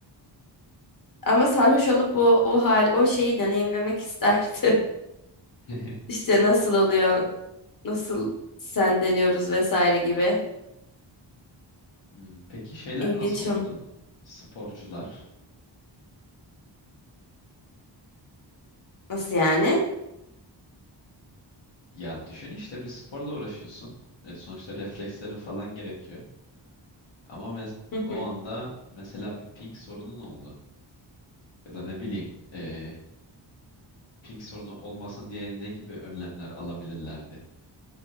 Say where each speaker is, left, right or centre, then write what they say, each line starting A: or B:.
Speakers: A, on the left; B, on the left.
A: Ama sarhoş olup o, o hal o şeyi deneyimlemek isterdim. <laughs>
B: <laughs>
A: İşte nasıl oluyor? Nasıl sendeliyoruz vesaire gibi.
B: Hmm, peki şeyler
A: İlginç.
B: nasıl olurdu?
A: o.
B: Sporcular.
A: Nasıl yani?
B: Ya düşün işte bir sporla uğraşıyorsun. E, sonuçta reflekslerin falan gerekiyor. Ama mes-
A: Hı
B: o
A: hı.
B: anda mesela bir ping sorunun oldu. Ya da ne bileyim e, ping sorunu olmasın diye ne gibi önlemler alabilirlerdi?